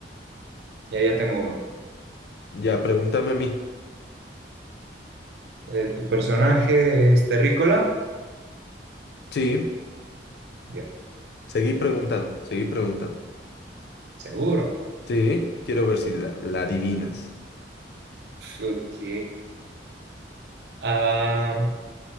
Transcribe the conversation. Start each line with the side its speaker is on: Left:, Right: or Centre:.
Right: ya, ya tengo uno.
Left: Ya, pregúntame a mí.
Right: Eh, ¿tu personaje es terrícola?
Left: Sí,
Right: Ya,
Left: seguí preguntando, seguí preguntando.
Right: seguro.
Left: Sí, quiero ver si la, la adivinas.
Right: Ok. Ah,